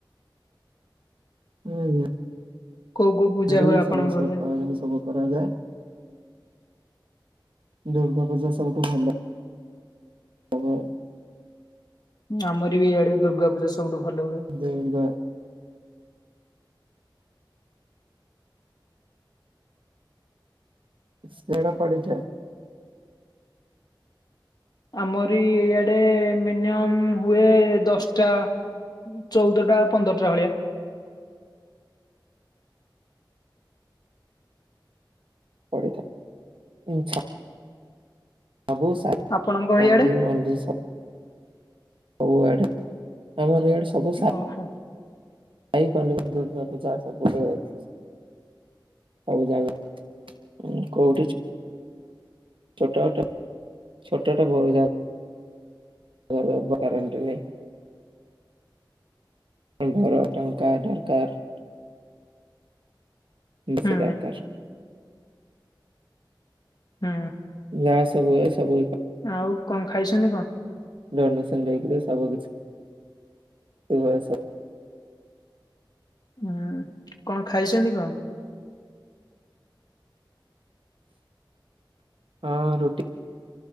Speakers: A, on the right; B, on the left.
A: ହୁଁଁ।
B: କୋଉ କୋଉ ପୂଜା
A: <unintelligible>
B: ହୁଏ ଆପଣଙ୍କ
A: ସମାନ ସ
B: ଘରେ?
A: ପାଳନ ସବୁ କରାଯାଏ। ଦୁର୍ଗା ପୂଜା ସବୁଠୁ ଭଲ <unintelligible>
B: ଆମର ବି ଇଆଡେ ଦୁର୍ଗା ପୂଜା ସବୁଠୁ ଭଲ ହୁଏ।
A: ଦୁର୍ଗା ସେଡ଼ା ପଡିଯାଏ।
B: ଆମରି ଇଆଡେ ମିନିମମ୍ ହୁଏ ଦଶଟା ଚଉଦ ଟା ପନ୍ଦରଟା ଭଳିଆ।
A: ପଡ଼ିଥା <unintelligible> ସବୁ ସାଇ
B: ଆପଣଙ୍କ
A: କନ୍ଦି
B: ଇଆଡେ?
A: ମନ୍ଦି ଶ୍ ସବୁଆଡେ ଆମର ଇଆଡେ ସବୁ ସା
B: ଓହୋ
A: ଖାଇପାରୁନି ଦୁର୍ଗା ପୂଜା <unintelligible> ସବୁ ଜାଗାଁ କୋଉଠି ଚି ଛୋଟା ଛୋଟା ଛୋଟଟା ବହୁ ଜାଗା କାରେଣ୍ଟ ନି ଆମ୍ବର ଟଙ୍କା ଦରକାର୍ ମୁସେ
B: ହୁଁ
A: ପ୍ୟାରକର।
B: ହୁଁ।
A: ଯାହା ସବୁ ସବୁ
B: ଆଉ କଣ ଖାଇସନ୍ତି କଣ?
A: ଡନେସନ ଦେଇକିରି ସବୁ କିଛିଭୁ <unintelligible>
B: ହୁଁ କଣ ଖାଇସନ୍ତି କଣ?
A: ହଁ ରୁଟି